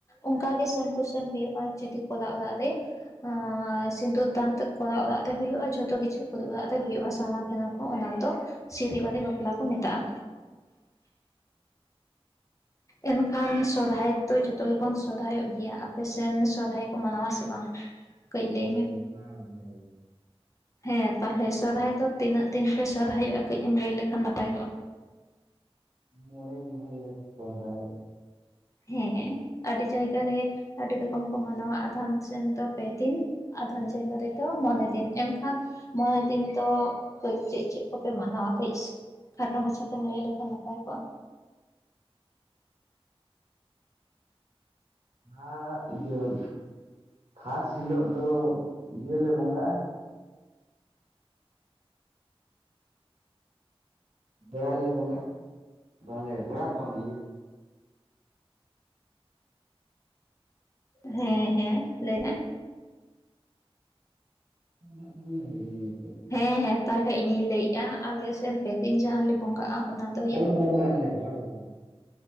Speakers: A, on the left (about 30°); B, on the right (about 85°).
A: ᱚᱱᱠᱟ ᱜᱮ ᱥᱮᱢ ᱴᱩ ᱥᱮᱱ ᱦᱩᱭᱩᱜᱼᱟ ᱡᱩᱫᱤ ᱠᱚᱨᱟ ᱚᱲᱟᱜ ᱨᱮ ᱟ ᱥᱤᱸᱫᱩᱨ ᱫᱟᱱ ᱛᱮᱫ ᱠᱚᱨᱟ ᱚᱨᱟᱜ ᱨᱮ ᱦᱩᱭᱩᱜᱼᱟ ᱡᱷᱚᱛᱚ ᱠᱤᱪᱷᱩ ᱠᱩᱨᱤ ᱚᱨᱟᱜ ᱨᱮ ᱦᱩᱭᱩᱜᱳᱼᱟ ᱥᱟ ᱠᱮᱫᱟ ᱠᱚ ᱚᱱᱟ ᱫᱚ ᱥᱤᱨᱤ ᱵᱟᱹᱨᱤ ᱵᱟᱯᱞᱟ ᱠᱚ ᱢᱮᱛᱟᱜᱼᱟ
B: <inaudible>
A: ᱮᱱᱠᱷᱟᱱ ᱥᱚᱨᱦᱟᱭ ᱫᱚᱚ ᱡᱚᱛᱚ ᱜᱮᱵᱚᱱ ᱥᱚᱨᱦᱟᱭᱚᱜ ᱜᱮᱭᱟ ᱟᱯ ᱥᱮᱱ ᱥᱚᱨᱦᱟᱭ ᱠᱚ ᱢᱟᱱᱟᱣᱟ ᱥᱮ ᱵᱟᱝ?
B: <inaudible>
A: ᱠᱟᱹᱡ ᱞᱟᱹᱭ ᱢᱮ
B: ᱢᱟᱱᱟᱣ ᱜᱮᱭᱟᱞᱮ
A: ᱦᱮᱸ ᱛᱟᱦᱚᱞᱮ ᱥᱚᱨᱦᱟᱭ ᱫᱚ ᱛᱤᱱᱟᱹᱜ ᱫᱤᱱ ᱯᱮ ᱥᱚᱨᱦᱟᱭᱚᱜᱼᱟ ᱠᱟᱹᱡ ᱮᱢ ᱞᱟᱹᱭ ᱞᱮᱠᱷᱟᱱ ᱱᱟᱯᱟᱭ ᱠᱚᱜᱼᱟ?
B: ᱢᱚᱬᱮ ᱢᱟᱦ ᱞᱮ ᱥᱚᱦᱨᱟᱭᱚᱜ
A: ᱦᱮᱸ ᱟᱹᱰᱤ ᱡᱟᱭᱜᱟ ᱨᱮ ᱟᱹᱰᱤ ᱨᱚᱠᱚᱢ ᱠᱚ ᱢᱟᱱᱟᱣᱟ ᱟᱫᱷᱟᱢ ᱥᱮᱱ ᱫᱚ ᱯᱮ ᱫᱤᱱ ᱟᱫᱷᱚᱢ ᱡᱟᱭᱜᱟ ᱨᱮᱫᱚ ᱢᱚᱬᱮ ᱫᱤᱱ ᱮᱱᱠᱷᱟᱱ ᱢᱚᱬᱮ ᱫᱤᱱ ᱫᱚ ᱠᱟᱹᱡ ᱪᱮᱫ-ᱪᱮᱫ ᱠᱚᱯᱮ ᱢᱟᱱᱟᱣᱟ ᱠᱟᱹᱡ? ᱠᱷᱟᱴᱚ ᱢᱟᱪᱷᱟ ᱛᱮᱢ ᱞᱟᱹᱭ ᱞᱮᱠᱷᱟᱱ ᱱᱟᱯᱟᱭ ᱠᱚᱜᱼᱟ?
B: ᱦᱚᱜ ᱤᱭᱟᱹᱢ ᱯᱷᱟᱥ ᱦᱤᱞᱳᱜ ᱫᱚ ᱤᱭᱟᱹᱞᱮ ᱵᱚᱸᱜᱟᱜᱼᱟ ᱵᱮᱲᱟᱞᱮ ᱵᱚᱸᱜᱟᱜᱼᱟ ᱵᱟᱝᱜᱮ ᱜᱚᱲᱟ ᱫᱚ ᱵᱟᱝ ᱤᱭᱟᱹ
A: ᱦᱮᱸ ᱦᱮᱸ ᱞᱟᱹᱭ ᱢᱮ?
B: <unintelligible>
A: ᱦᱮᱸ ᱦᱮᱸ ᱛᱟᱦᱚᱞᱮ ᱤᱧᱤᱧ ᱞᱟᱹᱭᱮᱜᱼᱟ ᱟᱞᱮ ᱥᱮᱱ ᱯᱮ ᱫᱤᱱ ᱡᱟᱦᱟᱸ ᱞᱮ ᱵᱚᱸᱜᱟᱜᱼᱟ ᱚᱱᱟ ᱫᱚ
B: ᱜᱚᱴ ᱵᱚᱸᱜᱟ ᱭᱟᱞᱮ ᱜᱚᱴ ᱵᱚᱸᱜᱟ